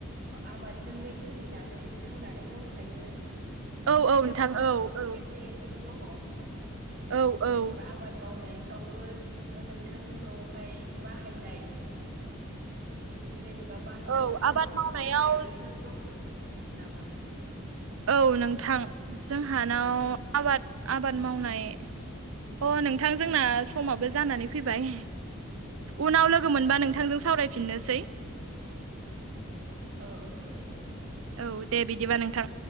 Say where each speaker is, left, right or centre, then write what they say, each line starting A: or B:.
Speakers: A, on the right; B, on the right.
A: आबादजोंनो सोलिनानै थांनानै दंखायो
B: औ
A: दासिमबाबो
B: औ नोंथां औ औ
A: एसे एनै दङ
B: औ औ
A: जेनेबा आबाद मावनायफ्रावबो नों नोंथांनि न'आवहाय बाहायनाय बुस्थु जेनेबा बाहाय
B: औ
A: नांगौ गोनांसो
B: आबाद मावनायाव
A: जानाय बेफोर दं नामा
B: औ नोंथां जोंहानाव
A: औ
B: आबाद आबाद मावनाय अ नोंथां जोंना समाबो जानानै फैबाय उनाव लोगो मोनबा नोंथांजों सावरायफिननोसै
A: औ औ दे
B: औ दे बिदिबा नोंथां